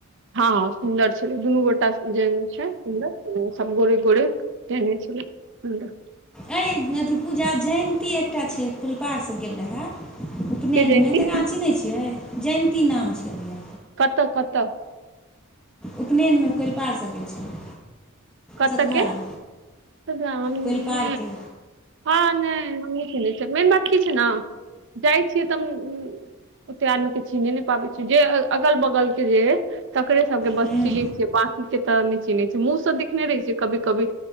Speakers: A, on the right (about 60°); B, in the centre.
A: हँ सुन्दर छलै दुनू गोटा जेहेन छै सुन्दर तेनाही सब गोरे गोरे देने छलै हमरा
B: अइ अथी पूजा जयन्ती एकटा छै फुलपार सँ गेल रहै उपनयनमे
A: के जयन्ती
B: तकरा अहाँ चीन्है छियै जयन्ती नाम छलैए
A: कत कतऽ
B: उपनयनमे कोलपारसँ गेल छलै
A: कतके
B: सतघारा
A: तकरा हम नहि
B: कोइलपारके
A: हम नहि <unintelligible> मेन बात की छै न जाइ छियै तऽ ओते आदमी के चिन्हे नहि पाबै छिये जे अगल बगल के जे ऐ तकरे सब के बस
B: हुँ
A: चिन्है छियै बा कि के तऽ नहि चिन्है छीये मुँह सँ देख खने रहे छियै कभी कभी